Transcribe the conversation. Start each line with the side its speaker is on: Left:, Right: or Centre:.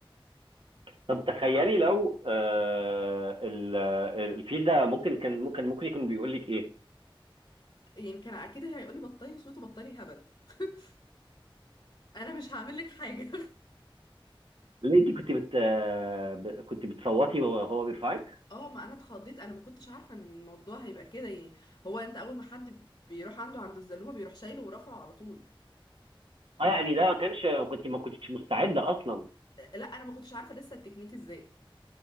Right: طب تخيلي لو آه ال- الفيل ده ممكن كان ممكن ممكن يكون بيقول لك ايه
Left: يعني كان أكيد هيقولي بطلي صوت وبطلي هبل <laughs> أنا مش هعمل لك حاجة
Right: ليه انت كنت بت آه، ب- كنت بتصوتي وهو بيرفعك
Left: اه ما انا اتخضيت انا ما كنتش عارفه ان الموضوع هيبقى كده يعني هو انت اول ما حد بيروح عنده عند الزلومه بيروح شايله ورافعه على طول
Right: اه يعني
Left: طب-
Right: ده ما كانش كنت ما كنتش مستعده اصلا
Left: لا انا ما كنتش عارفه لسه التكنيك ازاي